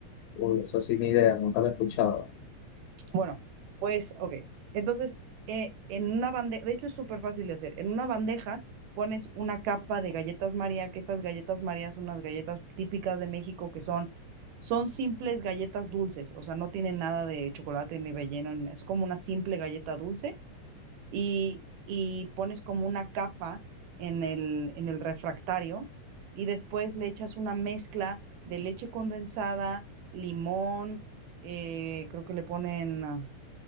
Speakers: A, on the left; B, on the right.
A: Uy, eso sin idea, nunca lo he escuchado.
B: Bueno, pues, ok. Entonces, eh, en una bandeja, de hecho es súper fácil de hacer, en una bandeja pones una capa de galletas María, que estas galletas María son unas galletas típicas de México que son, son simples galletas dulces, o sea, no tienen nada de chocolate ni relleno, ni- es como una simple galleta dulce y, y pones como una capa en el, en el refractario y después le echas una mezcla de leche condensada, limón, eh, creo que le ponen... ah,